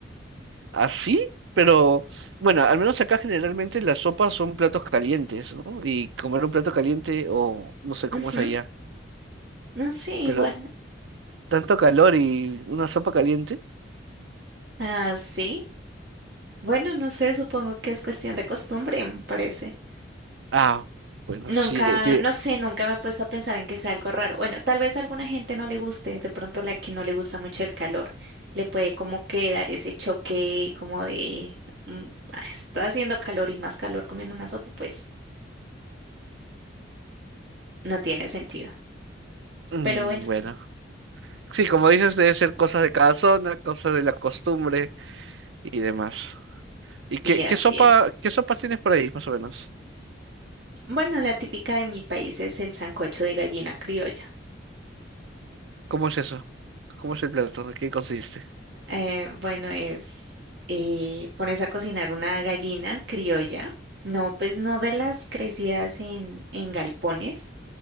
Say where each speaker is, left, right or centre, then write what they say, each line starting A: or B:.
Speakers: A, on the right; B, on the right.
A: ¿Así? Pero bueno, al menos acá generalmente las sopas son platos calientes, ¿no? Y comer un plato caliente o no sé cómo
B: Ujú,
A: es allá,
B: No sé,
A: pero
B: igual.
A: tanto calor y una sopa caliente.
B: Ah, sí. Bueno, no sé, supongo que es cuestión de costumbre, me parece.
A: Ah, bueno,
B: Nunca,
A: sí, tie-
B: no sé, nunca me he puesto a pensar en que sea algo raro. Bueno, tal vez a alguna gente no le guste, de pronto la que no le gusta mucho el calor, le puede como que dar ese choque como de mm, "Ah, está haciendo calor y más calor comiendo una sopa, pues no tiene sentido.
A: mm,
B: Pero bueno,
A: bueno. Sí, como dices, debe ser cosas de cada zona, cosas de la costumbre y demás. ¿Y
B: y
A: qué,
B: así
A: qué sopa,
B: es.
A: qué sopas tienes por ahí, más o menos?
B: Bueno, la típica de mi país es el sancocho de gallina criolla.
A: ¿Cómo es eso? ¿Cómo es el plato? ¿De qué consiste?
B: Eh, bueno, es, eh, pones a cocinar una gallina criolla. No, pues no de las crecidas en, en galpones